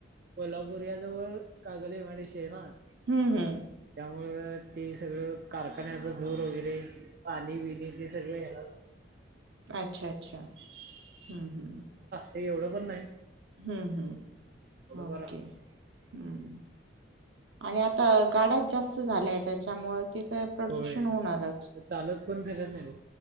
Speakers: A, on the right; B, on the right.
A: कोल्हापूर या जवळ Kagal M I D C हे ना.
B: हूं हूं.
A: मग ती सगळं, कारखान्याचं धुर वगैरे पाणी बिणी ते सगळं येणारच न.
B: अच्छा अच्छा, हू हू.
A: ते, एवढं पण नाही.
B: हुं हुं
A: थोडंफार
B: ओके
A: असते
B: हुं. आणि आता गाड्या त - जास्त झालाय त्याच्यामुळे ते काय प्रदूषण
A: होय
B: होणारच.
A: आता चालत कोण फिरत नाही